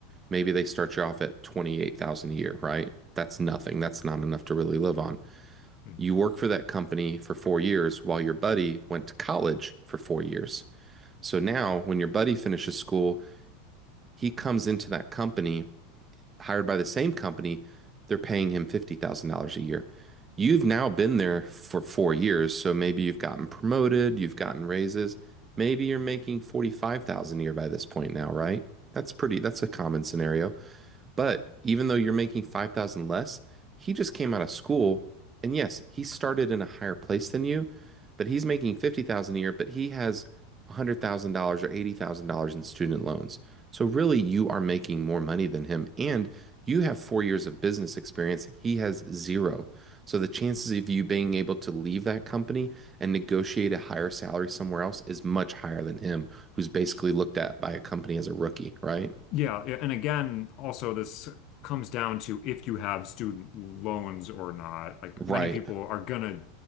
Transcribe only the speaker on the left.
mhm.
Yeah, yeah, and again, also this comes down to if you have student loans or not. Like
many people are gonna,